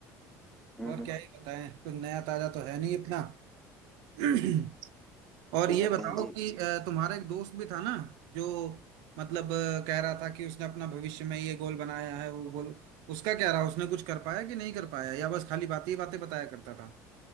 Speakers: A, in the centre; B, on the right.
A: हम्म
B: और क्या ही बताएं कुछ नया ताजा तो है नहीं इतना <clears throat> और
A: कोई
B: ये
A: बात
B: बताओ
A: नहीं जी
B: कि अ, तुम्हारा एक दोस्त भी था ना जो मतलब अ, कह रहा था कि उसने अपना भविष्य में ये गोल बनाया है वो गोल उसका क्या रहा उसने कुछ कर पाया कि नहीं कर पाया या बस खाली बातें ही बातें बताया करता था